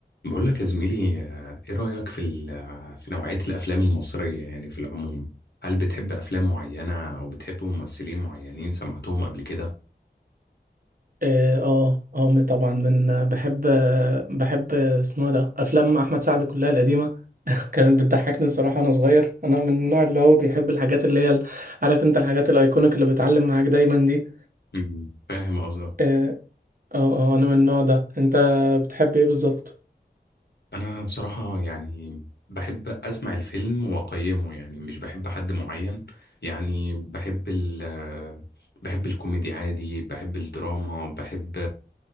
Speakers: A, on the left; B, on the right.
A: بقول لك يا زميلي آه، ايه رأيك في ال- آه، في نوعية الافلام المصرية يعني في العموم هل بتحب افلام معينة او بتحب ممثلين معينين سمعتهم قبل كده
B: اه اه آه، طبعا من بحب بحب اسمه إيه ده افلام احمد سعد كلها القديمه <laughs> كانت بتضحكني الصراحه وانا صغير انا من النوع اللي هو بيحب الحاجات اللي هي ال- عارف انت الحاجات الايكونيك اللي بتعلم معاك دايما دي
A: مم، فاهم قصدك
B: اه اه آه، انا من النوع ده انت بتحب ايه بالظبط
A: انا بصراحة يعني بحب اسمع الفيلم واقيمه يعني مش بحب حد معين يعني بحب ال آه، بحب الكوميدي عادي بحب الدراما بحب